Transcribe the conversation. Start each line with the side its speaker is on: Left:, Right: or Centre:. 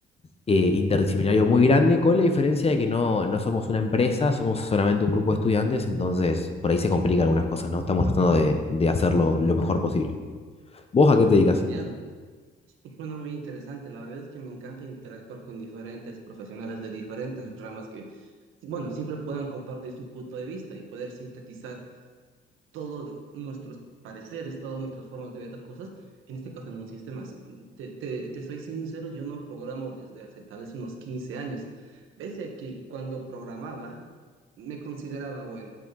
Left: eh, interdisciplinario muy grande, con la diferencia de que no, no somos una empresa, somos solamente un grupo de estudiantes, entonces por ahí se complican algunas cosas, ¿no? Estamos tratando de, de hacerlo lo mejor posible. ¿Vos a qué te dedicas?
Right: Es genial. Suena muy interesante. La verdad es que me encanta interactuar con diferentes profesionales de diferentes ramas que, bueno, siempre puedan compartir su punto de vista y poder sintetizar todos nuestros pareceres, todas nuestras formas de ver las cosas, en este caso en un sistema. Así, Te, te, te soy sincero, yo no programo desde hace tal vez unos 15 años, pese a que cuando programaba me consideraba bueno.